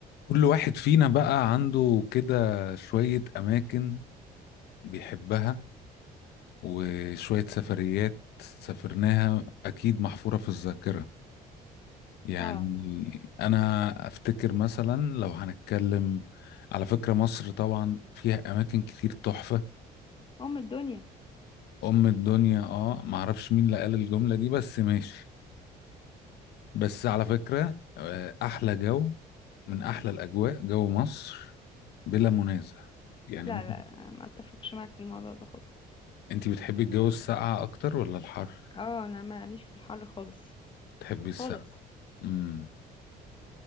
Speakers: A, on the left; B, on the left.
A: كل واحد فينا بقى عنده كده شوية أماكن بيحبها وشوية سفريات سافرناها أكيد محفورة في الذاكرة يعني
B: طبعا
A: أنا أفتكر مثلا لو هنتكلم على فكرة مصر طبعا فيها أماكن كتير تحفة
B: ام الدنيا
A: أم الدنيا آه معرفش مين اللي قال الجملة دي بس ماشي بس على فكرة آه، أحلى جو من أحلى الأجواء جو مصر بلا منازع يعني
B: لا
A: ممكن
B: لا أنا ما اتفقش معاك في الموضوع ده خالص
A: انت بتحبي الجو الساقعة اكتر ولا الحر
B: اه انا ماليش في الحر خالص
A: بتحبي الساقعة
B: خالص
A: امم